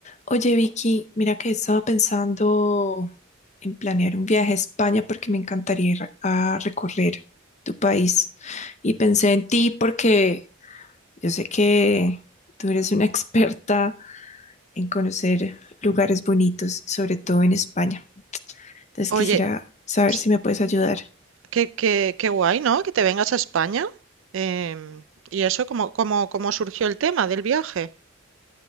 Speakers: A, on the left; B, on the right.
A: Oye, Vicky, mira que he estado pensando en planear un viaje a España porque me encantaría ir a recorrer tu país. Y pensé en ti porque yo sé que tú eres una <laughs> experta en conocer lugares bonitos, sobre todo en España. Entonces
B: Oye,
A: quisiera saber
B: s-
A: si me puedes ayudar.
B: qué, qué, qué guay, ¿no? Que te vengas a España. Em, ¿y eso cómo, cómo, cómo surgió el tema del viaje?